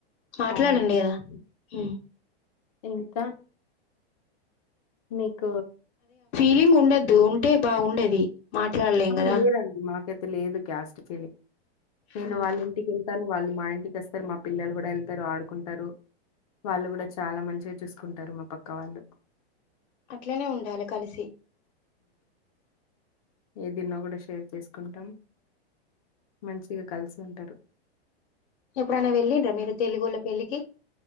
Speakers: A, on the left; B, on the left.
A: మాట్లాడండి
B: అవునా
A: కదా హ
B: ఇంకా మీ త
A: ఫలింగ్ ఉండద్దు ఉంటే బాగుండది మాట్లాడలేం
B: ఆ,
A: కదా
B: లేదండి మాకైతే లేదు క్యాస్ట్ ఫీలింగ్ నేను
A: హ్మ్
B: వాళ్ళింటికి కెళ్తాను వాళ్ళు మా ఇంటికి అస్తరు మా పిల్లలు కూడా ఎళ్తారు ఆడుకుంటారు వాళ్ళు కూడా చాలా మంచిగా చూసుకుంటారు మా పక్క వాళ్ళు
A: అట్లనే ఉండాలె కలిసి
B: ఏదిన్న గుడా షేర్ చేసుకుంటాం మంచిగా కలిసి ఉంటరు
A: ఎప్పుడైనా వెళ్ళింన్రా మీరు తెలుగోళ్ళ పెళ్ళికి